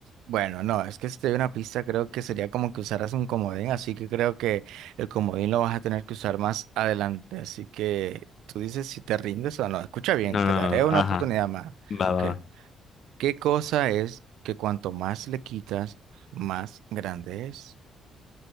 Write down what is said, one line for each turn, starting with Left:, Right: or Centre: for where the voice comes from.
Right: bueno, no, es que si te doy una pista, creo que sería como que usaras un comodín, así que creo que el comodín lo vas a tener que usar más adelante. Así que tú dices si te rindes o no. Escucha bien,
Left: No,
Right: te
Left: no,
Right: daré
Left: no,
Right: una
Left: ajá.
Right: oportunidad más.
Left: Va,
Right: Ok.
Left: va, va.
Right: ¿Qué cosa es que cuanto más le quitas, más grande es?